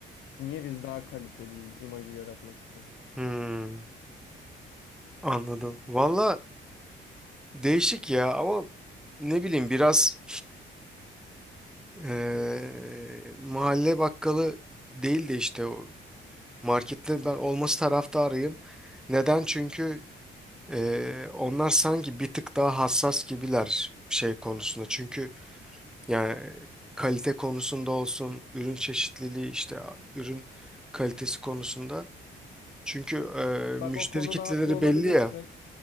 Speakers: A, on the left; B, in the centre.
A: Niye biz daha kaliteliyiz imajı yaratmak için?
B: Hmm, Anladım. Valla değişik ya ama ne bileyim biraz Eee, mahalle bakkalı değil de işte o marketlerin ben olması taraftarıyım. Neden? Çünkü eee, onlar sanki bir tık daha hassas gibiler şey konusunda. Çünkü yani kalite konusunda olsun, ürün çeşitliliği işte ürün kalitesi konusunda. Çünkü eee,
A: Bak
B: müşteri
A: o konuda
B: kitleleri
A: haklı olabilirsin.
B: belli ya.